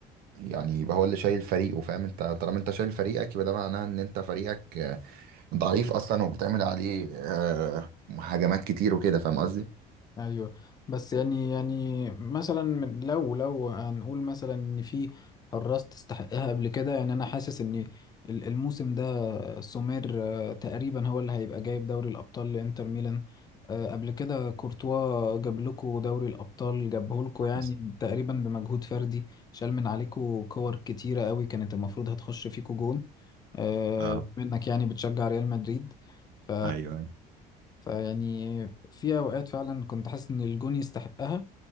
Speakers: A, on the right; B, on the left.
A: يعني يبقى هو اللي شايل فريقه فاهم انت طالما انت شايل فريقك يبقى ده معناه ان انت فريقك آه، ضعيف اصلا وبتعمل عليه آه، هجمات كتير وكده فاهم قصدي
B: ايوه بس يعني يعني مثلا من- لو لو هنقول مثلا ان في حراس تستحقها قبل كده يعني انا حاسس ان ال- الموسم ده سومير آه، تقريبا هو اللي هيبقى جايب دوري الابطال لانتر ميلان آه، قبل كده كورتوا جاب لكم دوري الابطال جابه لكم يعني
A: حصل.
B: تقريبا بمجهود فردي شال من عليكم كور كتيره قوي كانت المفروض هتخش فيكم جون آه،
A: اه
B: منك يعني بتشجع ريال مدريد ف
A: ايوه أيوه.
B: فيعني في أوقات فعلا كنت حاسس إن الجون يستحقها